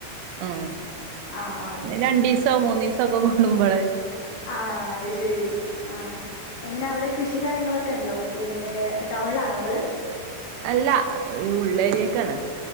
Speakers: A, on the right; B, on the left.
A: ഉ
B: ആ അതെ
A: രണ്ടു ദിവസോ മൂന്ന ദിവസ രണ്ടോ മൂന്നോ ദിവസം കൊടുമ്പലേ
B: ആഹ അ ശരി ആഹ എങ്ങനെ അവിടെ കൃഷി കാര്യങ്ങളൊക്കെ കാര്യങ്ങ ളോ ക്കെ ഉണ്ടോ എങ്ങനെ ടൗണിലാണോ ങ്ങള്
A: അല്ല ഉള്ളേരി യെലാ ണ്